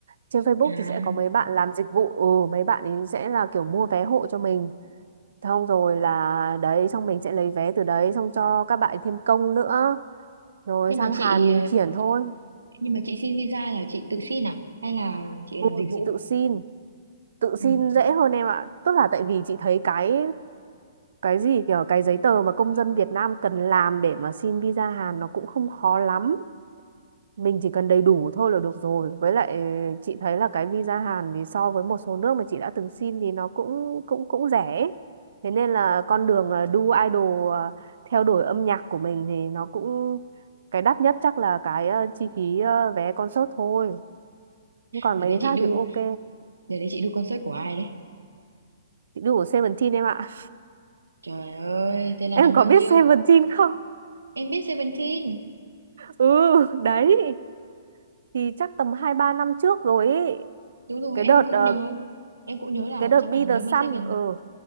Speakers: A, on the right; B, on the right.
A: trên Facebook
B: à
A: thì sẽ có mấy bạn làm dịch vụ ừ mấy bạn ấy sẽ là kiểu mua vé hộ cho mình xong rồi là đấy xong mình sẽ lấy vé từ đấy xong cho các bạn ấy thêm công nữa rồi
B: nhưng
A: sang
B: mà chị
A: Hàn mình
B: ờ,
A: triển thôi
B: nhưng mà chị xin visa là chị tự xin à hay là chị
A: ừ,
B: làm dịch
A: chị
B: vụ
A: tự xin tự xin
B: ừ.
A: dễ hơn em ạ tức là tại vì chị thấy cái cái gì kiểu cái giấy tờ mà công dân Việt Nam cần làm để mà xin visa Hàn nó cũng không khó lắm mình chỉ cần đầy đủ thôi là được rồi với lại chị thấy là cái visa Hàn thì so với một số nước mà chị đã từng xin thì nó cũng cũng cũng rẻ ấy. thế nên là con đường ờ, đu idol ờ, theo đuổi âm nhạc của mình thì nó cũng cái đắt nhất chắc là cái ờ, chi phí ờ, vé concert thôi Nhưng còn
B: để
A: mấy
B: đấy
A: cái khác
B: chị đu
A: thì cũng ok
B: để đấy chị đu concert của ai đấy
A: chị đu của Seventeen em ạ
B: trời ơi
A: <laughs>
B: thế là
A: em
B: năm
A: có
B: bao
A: biết
B: nhiêu
A: Seventeen không
B: em biết Seventeen
A: ừ đấy thì chắc tầm hai ba năm trước rồi ý.
B: Đúng rồi,
A: cái
B: em
A: đợt
B: cũng
A: ờ,
B: nhớ. Em cũng nhớ là
A: cái đợt
B: chắc
A: Be
B: là
A: The
B: nếu
A: Sun
B: mà Seven
A: ừ